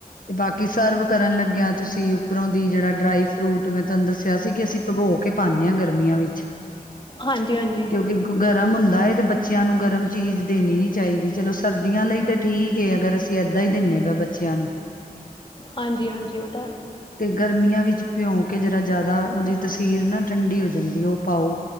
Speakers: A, on the left (about 65°); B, on the left (about 35°).
A: ਤੇ ਬਾਕੀ ਸਰਵ ਕਰਨ ਲੱਗਿਆ ਤੁਸੀਂ ਉੱਪਰੋਂ ਦੀ ਜਿਹੜਾ ਡਰਾਈ ਫਰੂਟ ਮੈਂ ਤੁਹਾਨੂੰ ਦੱਸਿਆ ਸੀ, ਕਿ ਅਸੀਂ ਭਗੋ ਕੇ ਪਾਉਂਦੇ ਹਾਂ ਗਰਮੀਆਂ ਵਿੱਚ।
B: ਹਾਂਜੀ -ਹਾਂਜੀ।
A: ਕਿਉਂਕਿ ਗਰਮ ਹੁੰਦਾ ਹੈ, ਤੇ ਬੱਚਿਆਂ ਨੂੰ ਗਰਮ ਚੀਜ਼ ਦੇਣੀ ਨੀ ਚਾਹੀਦੀ, ਚਲੋ ਸਰਦੀਆਂ ਲਈ ਤੇ ਠੀਕ ਏ ਅਗਰ, ਅਸੀਂ ਏਦਾਂ ਹੀ ਦਿੰਦੇ ਪਏ ਹਾਂ ਬੱਚਿਆਂ ਨੂੰ।
B: ਹਾਂਜੀ -ਹਾਂਜੀ ਉਹ ਤਾਂ ਹੈ।
A: ਤੇ ਗਰਮੀਆਂ ਵਿੱਚ ਭਿਉਂ ਕੇ ਜਰਾ ਜ਼ਿਆਦਾ, ਉਹਦੀ ਤਸੀਰ ਨਾ ਠੰਡੀ ਹੋ ਜਾਂਦੀ ਏ, ਉਹ ਪਾਓ।